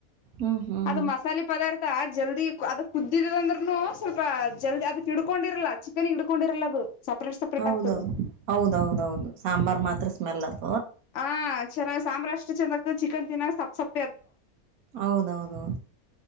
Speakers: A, on the right; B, on the left.
A: ಹ್ಮ್ ಹ್ಮ್
B: ಅದು ಮಸಾಲೆ ಪದಾರ್ಥ ಮತ್ತ ಜಲ್ದಿ ಅದ ಕುದ್ದಿದದ ಅಂದ್ರರುನು ಸ್ವಲ್ಪ ಜಲ್ದಿ ಅದಕ್ ಇಡ್ಕೊಂಡಿರಲ್ಲ ಚಿಕನ್ ಇಿಡ್ಕೊಂಡಿರಲ್ಲ ಅದು ಸಪ್ರೇಟ್ ಸಪ್ರೇಟ್
A: ಹೌದೌದು
B: ಆಗ್ತದ
A: ಹೌದೌದೌದು ಸಾಂಬಾರ್ ಮಾತ್ರ ಸ್ಮೆಲ್ ಆತದೆ
B: ಹಾ ಚೆನ್ನಾಗ ಸಾಂಬ್ರ ಅಷ್ಟ ಚಂದ ಆಗ್ತದೆ ಚಿಕನ್ ತಿಿನನ್ನಾಗ ಸಪ್ಪ ಸಪ್ಪು
A: ಹೌದೌದೌದು